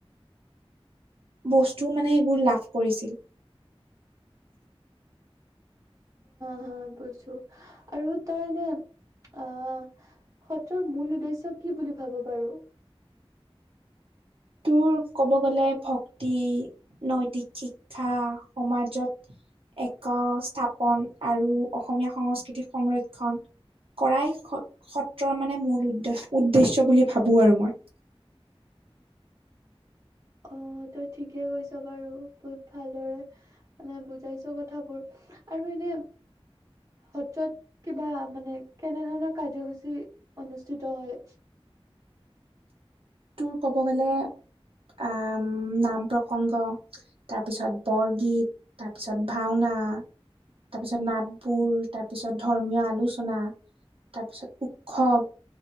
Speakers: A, on the right; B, on the right.
A: বস্তু মানে এইবোৰ লাভ কৰিছিল।
B: অ', বুইছোঁ আৰু তই এনে, অহ, সত্ৰৰ মূল উদ্দেশ্য কি বুলি ভাব বাৰু?
A: তোৰ ক'ব গ'লে ভক্তি নৈতিক শিক্ষা সমাজত একস্থাপন আৰু অসমীয়া সংস্কৃতিক সংৰক্ষণ কৰাই সত সত্ৰৰ মানে মূল উদ্দচ উদ্দেশ্য বুলি ভাবো আৰু মই।
B: অ', তই ঠিকে কৈছ বাৰু। বহুত ভালদৰে মানে বুজাইছ কথাবোৰ। আৰু এনে সত্ৰত কিবা মানে কেনে ধৰণৰ কাৰ্যসূচী অনুষ্ঠিত হয়?
A: তোৰ ক'ব গ'লে আম নাম প্ৰসংগ তাৰপিছত বৰগীত তাৰপিছত ভাওনা তাৰপিছত নাটবোৰ তাৰপিছত ধৰ্মীয় আলোচনা তাৰপিছত উৎসৱ